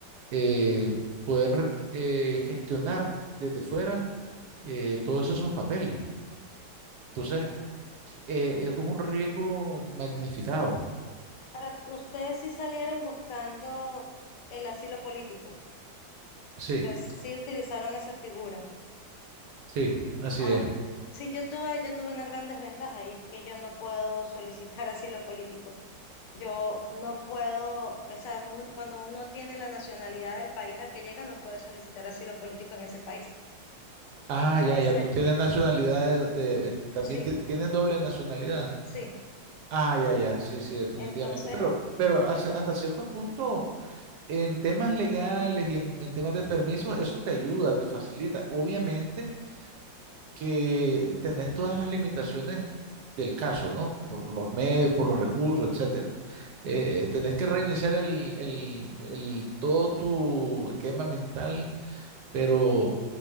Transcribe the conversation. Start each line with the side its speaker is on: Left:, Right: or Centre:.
Right: eh, poder eh, gestionar desde fuera eh, todos esos papeles. Entonces, eh, es un riesgo magnificado.
Left: para ustedes sí salieron buscando el asilo político. O
Right: Sí,
Left: sea, sí utilizaron esa figura.
Right: sí, así
Left: Ah,
Right: es.
Left: Sí, yo tuve, yo tuve una gran desventaja y es que yo no puedo solicitar <laughs> asilo político. Yo no puedo, o sea, un- cuando uno tiene la nacionalidad del país al que llega, no puede solicitar asilo político en ese país.
Right: Ah,
Left: Entonces,
Right: ya, ya, tú tienes nacionalidad de, de- también
Left: sí,
Right: ti- tienes doble nacionalidad.
Left: sí.
Right: Ah, ya, ya, sí, sí, definitivamente.
Left: Entonces,
Right: Pero, pero hace- hasta cierto punto, en temas legales y en, en temas de permisos, eso te ayuda, te facilita. Obviamente que tenés todas las limitaciones del caso, ¿no? Por los medios, por los recursos, etcétera. Eh, tenés que reiniciar el, el, el- todo tu esquema mental pero